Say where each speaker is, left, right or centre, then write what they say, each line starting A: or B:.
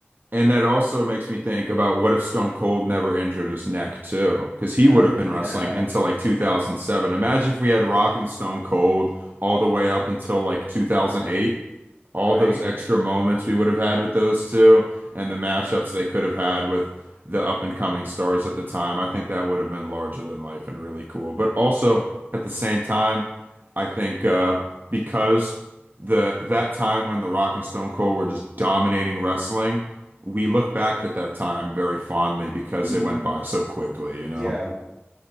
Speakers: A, on the right; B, on the right.
A: And that also makes me think about what if Stone Cold never injured his neck too? Because he
B: Oh
A: would have
B: yeah,
A: been wrestling until like 2007. Imagine if we had Rock and Stone Cold all the way up until like 2008 all
B: right.
A: those extra moments we would have had with those two and the matchups they could have had with the up and coming stars at the time, I think that would have been larger than life and really cool. But also at the same time, I think uh, because the that time when The Rock and Stone Cold were just dominating wrestling, we look back at that time very fondly because
B: Mm-hmm.
A: it went by so quickly, you know?
B: Yeah.